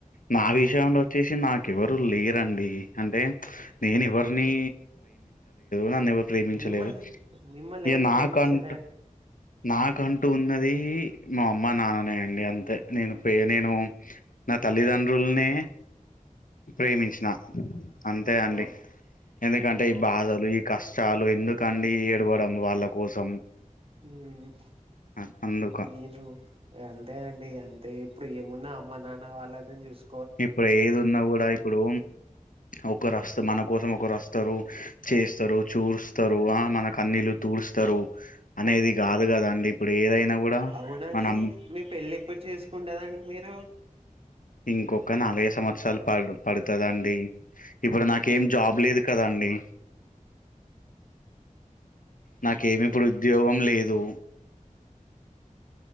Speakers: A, on the left; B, on the right.
A: మా విషయం లో వచ్చేసి నాకేవరు లేరండి అంటే
B: ఆ,
A: నేను ఎవరిని నన్ను ఎవరు ప్రేమించలేదు
B: మిమ్మల్ని మిమ్మల్ని ఎవరిని
A: ఇగ
B: ప్రేమించలే
A: కంటు
B: అంటే
A: నా కంట అది మా అమ్మ నాన్ననే అండి అంతే నేను నేను నా తల్లిదండ్రుల్నే ప్రేమించిన అంతే అండి
B: ఓ
A: ఎందుకంటే
B: ఓ
A: ఈ బాధలు ఈ కష్ టాలు ఎందుకండి ఏడవడం వాళ్ళ కోసం
B: హ్మ్
A: అ- అందుక
B: నేను అంతే అండి ఇగ అంతే ఇప్పుడు ఏ మోన్న అమ్మ నాన్న వాళ్ళదని చూసు
A: ఇప్పుడు ఏది ఉన్నా గుడా ఇప్పుడు ఒక
B: ఉమ్,
A: రస్త మన కోసం ఒక రస్ తరు చేస్తరు చూస్తరు అ మన కన్నీళ్లు తూడుస్తారు అనేది గాదు
B: ఉమ్.
A: గదాండి ఇప్పుడు ఏదైనా గుడా
B: అవునండి
A: మనం
B: మీ పెళ్ళి ఎప్పుడు చేసుకుంటరండి మీరు
A: ఇంకొక నలగై సంవత్సరాలు పాడు పడుతదండి. ఇప్పుడు నాకేమీ జాబు లేదు కదండీ
B: అ <inaudible>
A: నాకేమి ఉద్యోగం లేదు